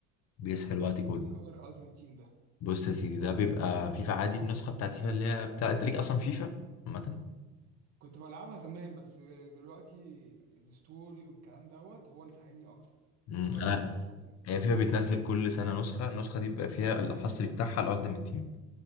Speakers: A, on the left; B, on the right.
A: بيسحل وقتي كله
B: وايه حوار الالتيميت تيم ده
A: بص يا سيدي ده بيبقى فيفا عادي النسخه بتاعت فيفا اللي هي بتاع انت ليك اصلا فيفا عامه
B: كنت بلعبها زمان بس دلوقتي الستوري والكلام دوت هو اللي ساحلني اكتر
A: امم
B: فغيرت
A: انا
B: نشاطي يعني
A: هي فيفا بتنزل كل سنه نسخه النسخه دي بيبقى فيها الحصري بتاعها الالتيميت تيم